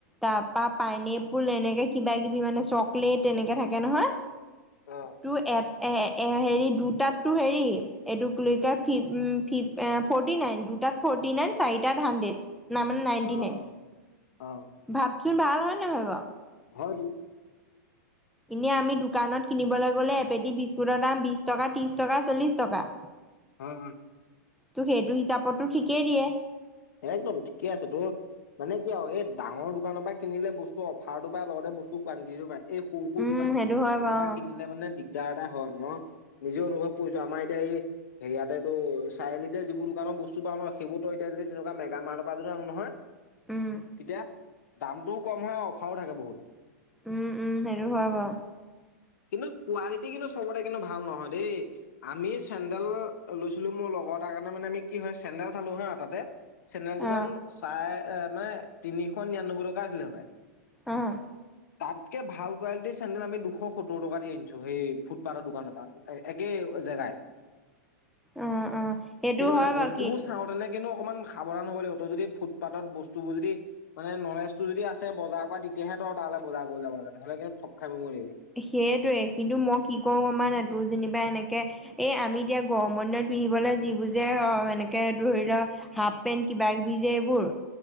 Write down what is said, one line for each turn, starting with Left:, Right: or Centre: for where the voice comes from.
Centre: তাপা পাইনে পোল এনেকে কিবা কিবি মানে চকলেট তেনেকে থাকে নহয়
Left: অ
Centre: তো এ এ হেৰি দুটাততো হেৰি এইটোক লৈ ফিফ ফিফ ফৰ্টি নাইন দুটাত ফৰ্টি নাইন চাৰিটাত হাড্ৰেড নাই মানে নাইনটি
Left: অ
Centre: নাইন
Left: অ অ
Centre: ভাবচোন ভাল হয় নহয় বাৰু
Left: হয় টো
Centre: এনে আমি দোকানত কিনিবলৈ গলে এপেটি বিস্কুটৰ দাম বিশ টকা ত্ৰিশ টকা চল্লিশ টকা
Left: হয় হয়
Centre: তো সেইটো হিচাপতো ঠিকেই দিয়ে
Left: একদম ঠিকে আছে তোৰ মানে কিয় এই ডাঙৰ দোকানৰ পৰা কিনিলে বস্তু অফাৰটো পাই লগতে বস্তু কোৱালিটিও পায় এই সৰু সৰু
Centre: উম
Left: দোকানৰ
Centre: সেইটো হয়
Left: বোৰৰ
Centre: বাৰু
Left: পৰা কিনিলে মানে দিগদাৰ এটা হয় মই নিজে অনুভৱ কৰিছো আমাৰ এতিয়া এই ইয়াতে তো চাৰিআলিতে যিবোৰ দোকানৰ বস্তু পাওঁ ন সেইবোৰতো এতিয়া যদি তেনেকুৱা মেগা মাৰ্ট পৰা যদি আনো নহয়
Centre: উম
Left: তেতিয়া দামটোও কম হয় অফাৰো থাকে বহুত
Centre: উম-উম! সেইটো হয় বাৰু <unintelligible>
Left: কিন্তু কোৱালিটি কিন্তু চবতে কিন্তু ভাল নহয় দেই। <inaudible> আমি চেন্দেল লৈছিলো মোৰ লগৰ তাৰ কাৰণে মানে আমি কি হয় চেন্দেল চালো হা তাতে। <inaudible> চেন্দেলযোৰ
Centre: অ
Left: দাম চাই মানে তিনিশ নিৰান্নব্বৈ টকা আছিলে সপায়। <inaudible>
Centre: অঁ। <inaudible>
Left: তাতকে ভাল কোৱালিটিৰ চেন্দেল আমি দুশ <unintelligible> সত্তৰ টকা দি আনিছো সেই ফুটপাথৰ দোকানৰ পৰা। একে জেগাই। <inaudible>
Centre: অ অ
Left: সেইটো মানে
Centre: হয়
Left: বস্তুবোৰ
Centre: বাৰু কি
Left: <inaudible> চাওঁ তেনে কিন্তু অকণমান সাৱধান হ'ব লাগিব। ত‌ই যদি ফুটপাতত বস্তুবোৰ যদি <unintelligible> মানে নলেজটো যদি আছে বজাৰ কৰা তেতিয়াহে তই তালৈ বজাৰ কৰি লাব লাগে। নহ'লে কিন্তু থগ খাই মৰিবি। <inaudible>
Centre: সেইটোৱেই কিন্তু মই কি কৰোঁ আমাৰ তোৰ যেনিবা এনেকে <unintelligible> এই আমি এতিয়া গৰমৰ দিনত পিন্ধিবলৈ যিবোৰ যে এনেকে ধৰি লোৱা <inaudible> হাফ পেণ্ট কিবাকিবি যে এইবোৰ